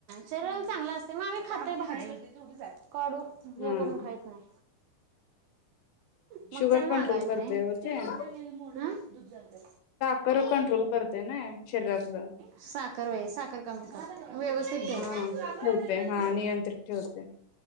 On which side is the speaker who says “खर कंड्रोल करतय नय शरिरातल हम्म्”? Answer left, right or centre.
Left